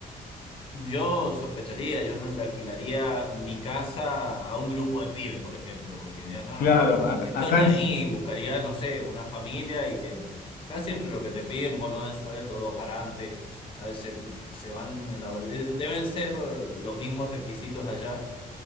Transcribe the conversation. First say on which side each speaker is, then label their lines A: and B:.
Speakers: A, on the left; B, on the left.
A: Yo sospecharía, yo no le alquilaría mi casa a un grupo de pibes, por ejemplo, porque diría, no,
B: claro. Acá,
A: esto
B: acá
A: ni
B: es,
A: ahí, buscaría, no sé, una familia y que casi siempre lo que te piden, bono de sueldo, dos garantes, a veces se van en la... Deben ser los mismos requisitos allá,